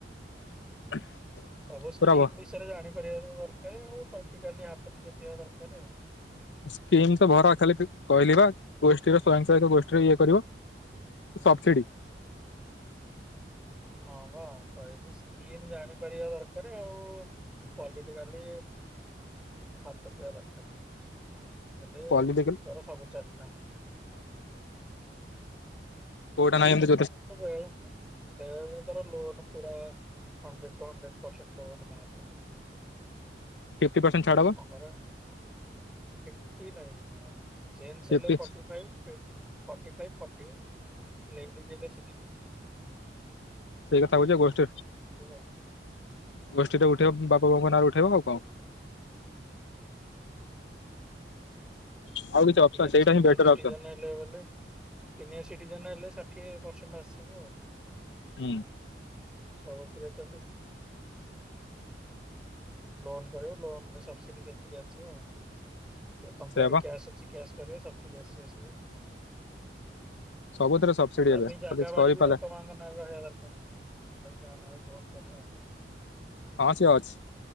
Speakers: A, on the left; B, in the centre.
A: <inaudible>
B: ସବୁ ସ୍କିମ୍
A: ପୁରା ଭ
B: ବିଷୟରେ ଜାଣି <unintelligible> ଦରକାର ଆଉ ପଲିଟିକାଲି ହାତ ଟିକେ ଥିବା ଦରକାର ଆଉ।
A: ସ୍କିମ୍ ତ ଭରା ଖାଲି କହିଲ ବା ଗୋଷ୍ଟିର ସ୍ଵୟଂ ସହାୟକ ଗୋଷ୍ଠୀରେ ଇଏ କରିବ ସବସିଡି
B: ହଁ ବା କହିଲି ସ୍କିମ୍ ଜାଣିପାରିବା ଦରକାର ଆଉ ପଲିଟିକାଲି ହାତ ଥିବା ଦରକାର। ହେଲେ
A: ପଲିଟିକାଲ
B: ତୋର ସବୁ ଚାଲିଲା।
A: କଉଟା ନାହିଁ
B: <unintelligible>
A: ବୋ
B: ତୋର ଲୋନ ପୁରା hundred to hundred percent loan ମାଫ ହେଇଯିବ।
A: ଫିଫ୍ଟି ପରସେଣ୍ଟ ଛାଡ
B: ଲୋକଙ୍କର
A: ହବ
B: ଫି <unintelligible> ଜେନ୍
A: ଫିଫ୍ଟି
B: ହେଲେ ଫଟି ଫାଇପ୍ ଫି ଫଟି ଫାଇପ ଫ ନ ଜ <inaudible> ସିକ୍ସ୍ଟି।
A: ସେଇ କଥା କହୁଛି ଗୋଷ୍ଠୀ <unintelligible>
B: ଆଉ।
A: ଗୋଷ୍ଠୀ ଟା ଉଠେଇ ବାପା ବଉଙ୍କ ନାଁ ପଠେଇବ ଆଉ କଣ।
B: ହୁଁ।
A: ଆଉ କିଛି ଅପସନ୍
B: କିଏ ଯଦି
A: ସେଇଟା
B: ସିନିଅର୍
A: ହିଁ ବେଟର
B: ସିଟିଜେନ୍
A: ଅପସନ୍
B: ହେଲେ ବୋଲେ। ସିନିୟର ସିଟିଜେନ ହେଲେ ଷାଠିଏ ପରସେଣ୍ଟ ଆସିବ ଆଉ।
A: ହୁଁ।
B: ସବୁଥିରେ ତ ଲୋନ କରିବ ଲୋନ ସବସିଡି ସେତିକି ଆସିବ। ତମ
A: ସେୟା
B: ପାଖରେ
A: ବା
B: କିଏ କ୍ୟାସ୍ ଅଛି? କ୍ୟାସ କରିବ ସବସିଡି ଆସିବ ଆସ।
A: ସବୁଥିରେ ସବସିଡି
B: ତା
A: ଏବେ
B: ପାଇଁ ଜାଗା
A: ଖାଲି
B: ବାଡି
A: କରିପାରିଲେ
B: ବି ବାପା ମାଙ୍କ ନା ରହିବା ଦରକାର ନା ତମେ ଯା ନାଁ ରେ ଲୋନ୍ କରିବା
A: ହଁ ସେ ଅଛି